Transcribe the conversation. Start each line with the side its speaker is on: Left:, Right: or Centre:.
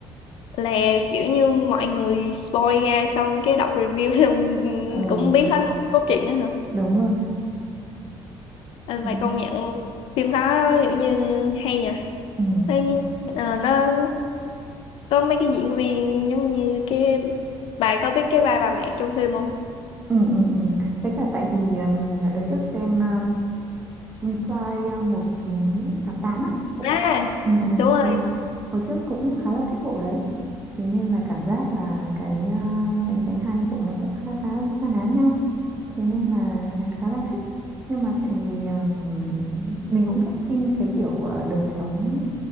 Left: là kiểu như mọi người spoil ra xong cái đọc review <laughs> xong
Right: ừ
Left: cũng biết hết luôn cái cốt truyện á hả
Right: đúng rồi
Left: Ờ, Mày
Right: Ừ.
Left: công nhận phim đó kiểu như hay nhỉ?
Right: Ừ.
Left: Thấy, ờ, nó có mấy cái diễn viên giống như cái bà có biết cái vai bà mẹ trong phim không?
Right: Ừ, ừ, ừ. Với cả tại vì à, mình đợt trước xem um, Reply à, 1988 à cũng
Left: À,
Right: ừ, ừ.
Left: đúng rồi.
Right: Thế hồi trước cũng khá là thích bộ đấy thế nên là cảm giác là cái à, cái cái hai bộ nó cũng khá khá na ná nhau thế nên là khá là thích nhưng mà tại vì um, mình cũng thích phim cái kiểu ờ, đời sống